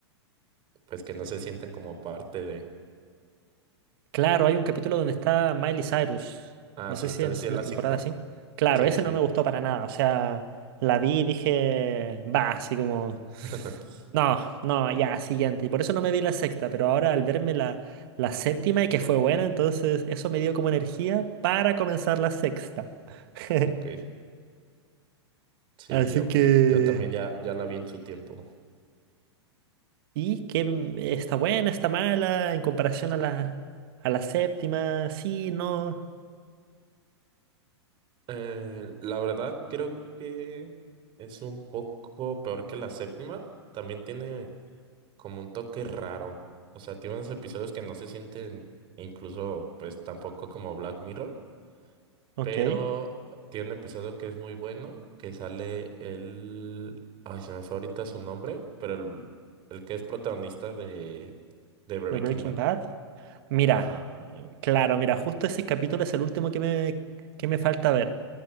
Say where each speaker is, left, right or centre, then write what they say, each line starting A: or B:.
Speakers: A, on the right (about 35°); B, on the right (about 55°).
A: pues que no se sienten como parte de.
B: claro, hay un capítulo donde está Miley Cyrus.
A: Ah,
B: No
A: sí,
B: sé
A: entonces
B: si es
A: sí es
B: en
A: la
B: la temporada
A: cinco
B: así. Claro,
A: Sí,
B: ese
A: sí.
B: no
A: es-
B: me gustó para nada. O sea, la vi y dije, va, así como,
A: <laughs>
B: no, no, ya, siguiente. Y por eso no me vi la sexta, pero ahora al verme la, la séptima y que fue buena, entonces eso me dio como energía para comenzar la sexta. <laughs>
A: Ok. Sí,
B: Así
A: yo,
B: que...
A: yo también ya, ya la vi en su tiempo.
B: ¿Y qué m- está buena, está mala en comparación a la, a la séptima? Sí, no.
A: Eh, la verdad, creo que es un poco peor que la séptima. También tiene como un toque raro. O sea, tiene unos episodios que no se sienten incluso, pues tampoco como Black Mirror.
B: Ok.
A: Pero tiene un episodio que es muy bueno, que sale el... Ay, se me fue ahorita su nombre, pero el, el que es protagonista de, de Breaking
B: ¿De Breaking
A: Bad.
B: Bad? Mira,
A: Ajá.
B: eh, claro, mira, justo ese capítulo es el último que me, que me falta ver.